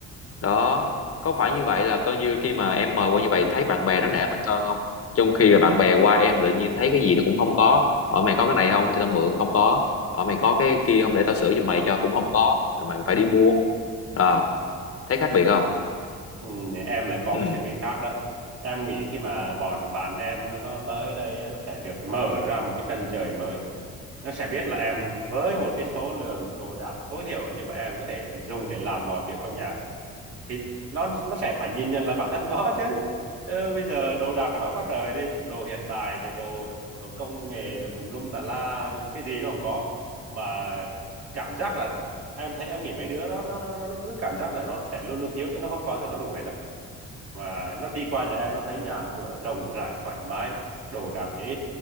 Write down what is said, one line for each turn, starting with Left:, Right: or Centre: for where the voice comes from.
Left: Đó. Có phải như vậy là coi như khi mà em mời qua như vậy thấy bạn bè nó nể mình hơn không? Trong khi là bạn bè qua em tự nhiên em thấy cái gì nó cũng không có. Hỏi mày có cái này không cho tao mượn không có. Hỏi mày có cái kia không để tao sửa cho mày cho cũng không có. Rồi mày phải đi mua. À, thấy khác biệt không?
Right: Ừ, em lại có
Left: Ừ.
Right: cái suy nghĩ khác đó. Em nghĩ khi mà bọn bạn em nó tới đây á, nó sẽ được mở ra một cái chân trời mới. Nó sẽ biết là em với một cái số lượng đồ đạc tối thiểu nhưng mà em có thể dùng để làm mọi việc trong nhà thì nó nó sẽ phải nhìn nhận lại bản thân nó chứ chứ bây giờ đồ đạc của nó quá trời đi đồ hiện đại rồi đồ đồ công nghệ rồi tùm lum tà la cái gì nó không có mà cảm giác là em thấy em nghĩ mấy đứa đó nó nó nó cứ cảm giác là nó sẽ luôn luôn thiếu chứ nó không bao giờ nó đủ hết à và nó đi qua nhà em nó thấy nhà cửa rộng rãi thoải mái đồ đạc thì ít